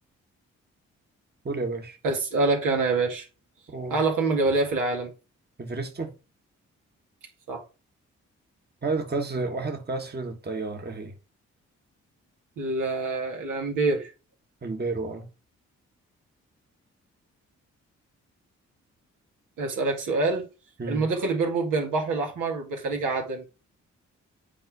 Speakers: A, on the right (about 30°); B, on the right (about 75°).
A: قول يا باشا
B: اسالك انا يا باشا
A: قول
B: اعلى قمة جبلية في العالم
A: إفرستو
B: صح
A: وحدة قياس وحدة قياس رياض التيار إيه هي
B: ال... الامبير
A: أمبيرو أه
B: اسالك سؤال
A: مم.
B: المضيق اللي بيربط بين البحر الاحمر بخليج عدن